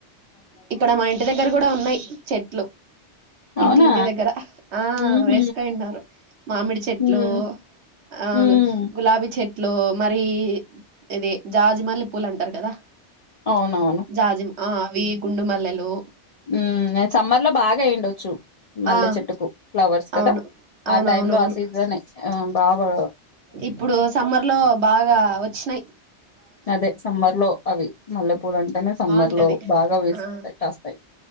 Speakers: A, on the right; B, on the left.
A: ఇక్కడ మా ఇంటి దగ్గర కూడా ఉన్నాయ్ చెట్లు
B: అవునా?
A: ఇంటి ఇంటి దగ్గర ఆ
B: హుహు.
A: వేసుకోన్నారు మామిడి చెట్లు
B: హ్మ్.
A: ఆ
B: హ్మ్.
A: గులాబీ చెట్ ట్లో మరి ఇది జాజిమల్లిి పూలు అంటారు కదా
B: అవునవును.
A: జాజిమ్ ఆ అవి గుండు మల్లెలు
B: ఉమ్ సమ్మర్ లో బాగా అయ్యండొచ్చు మల్లె
A: ఆ
B: చెట్టుకు ఫ్లవర్స్ కదా
A: అవును అవునవునవును
B: ఆ టైమ్లో ఆ సీజన్ బాబా
A: ఇప్పుడు సమ్మర్ లో బాగా వచ్చినాయి్
B: అదే సమ్మర్ లో అవి మల్లెపూలు అంటేనే సమ్మర్
A: బాగుంటది
B: లో బాగా వేసిట్స్తాయి
A: ఆ